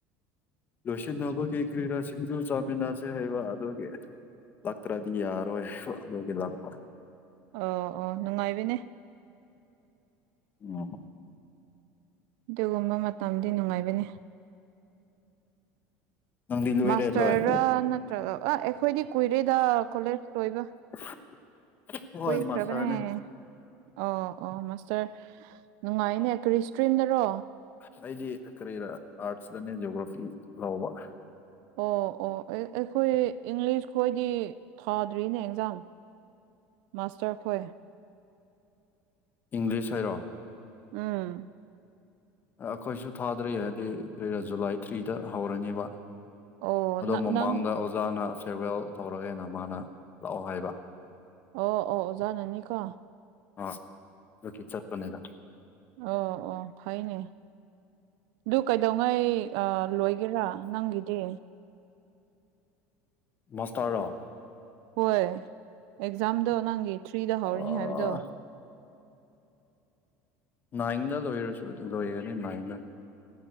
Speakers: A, on the left (about 30°); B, on the right (about 70°).
A: ꯂꯣꯏꯁꯤꯟꯅꯕꯒꯤ ꯀ꯭ꯔꯤꯔ ꯁꯤꯡꯖ ꯆꯥꯃꯤꯟꯅꯁꯦ ꯍꯥꯏꯕ ꯑꯗꯨꯒꯤ ꯂꯛꯇ꯭ꯔꯗꯤ ꯌꯥꯔꯥꯔꯣꯏ ꯑꯗꯨꯒꯤ ꯂꯥꯛꯄ
B: ꯑꯣ ꯑꯣ ꯅꯨꯡꯉꯥꯏꯕꯅꯦ
A: ꯎꯝ
B: ꯑꯗꯨꯒꯨꯝꯕ ꯃꯇꯝꯗꯤ ꯅꯨꯡꯉꯥꯏꯕꯅꯦ
A: ꯅꯪꯗꯤ ꯂꯣꯏꯔꯦ
B: ꯃꯥꯁꯇꯔꯔ
A: ꯂꯣꯏ
B: ꯅꯠꯇ꯭ꯔꯒ ꯑꯥ ꯑꯩꯈꯣꯏꯗꯤ ꯀꯨꯏꯔꯦꯗ ꯀꯣꯂꯦꯖ ꯂꯣꯏꯕ
A: <unintelligible> ꯍꯣꯏ
B: ꯀꯨꯏꯈ꯭ꯔꯥꯕꯅꯦ
A: ꯃꯥꯁꯇꯔꯅꯦ
B: ꯑꯣ ꯑꯣ ꯃꯥꯁꯇꯔ ꯅꯨꯡꯉꯥꯏꯅꯦ ꯀꯔꯤ ꯏꯁꯇ꯭ꯔꯤꯝꯗꯔꯣ
A: ꯑꯩꯗꯤ ꯀꯔꯤꯔ ꯑꯥꯔꯠꯁꯇꯅꯦ ꯖꯤꯑꯣꯒ꯭ꯔꯥꯐꯤ ꯂꯧꯕ
B: ꯑꯣ ꯑꯣ ꯑꯩꯈꯣꯏ ꯏꯪꯂꯤꯁ ꯈꯣꯏꯗꯤ ꯊꯥꯗ꯭ꯔꯤꯅꯦ ꯑꯦꯛꯖꯥꯝ ꯃꯥꯁꯇꯔꯈꯣꯏ
A: ꯏꯪꯂꯤꯁ ꯍꯥꯏꯔꯣ
B: ꯎꯝ
A: ꯑꯩꯈꯣꯏꯁꯨ ꯊꯥꯗꯔꯤ ꯍꯥꯏꯗꯤ ꯀꯔꯤꯔꯥ ꯖꯨꯂꯥꯏ ꯊ꯭ꯔꯤꯗ ꯍꯧꯔꯅꯤꯕ
B: ꯑꯣ
A: ꯑꯗꯣ ꯃꯃꯥꯡꯗ
B: ꯅꯪ
A: ꯑꯣꯖꯥꯅ ꯐꯤꯔꯋꯦꯜ ꯇꯧꯔꯒꯦꯅ ꯃꯥꯅ ꯂꯥꯛꯑꯣ ꯍꯥꯏꯕ
B: ꯑꯣ ꯑꯣ ꯑꯣꯖꯥꯅꯤ ꯀꯣ
A: ꯑ ꯑꯣꯀꯦ ꯆꯠꯄꯅꯦꯗ
B: ꯑꯣ ꯑꯣ ꯐꯩꯅꯦ ꯗꯨ ꯀꯥꯏꯗꯧꯉꯥꯏ ꯑ ꯂꯣꯏꯒꯦꯔꯥ ꯅꯪꯒꯤꯗꯤ
A: ꯃꯁꯇꯔꯔꯣ
B: ꯍꯣꯏ ꯑꯦꯛꯖꯥꯝꯗꯣ ꯅꯪꯒꯤ ꯊ꯭ꯔꯤꯗ ꯍꯧꯔꯅꯤ
A: ꯑꯥ
B: ꯍꯥꯏꯕꯗꯣ
A: ꯅꯥꯏꯟꯗ ꯂꯣꯏꯔꯁꯨ ꯂꯣꯏꯒꯅꯤ ꯅꯥꯏꯟꯗ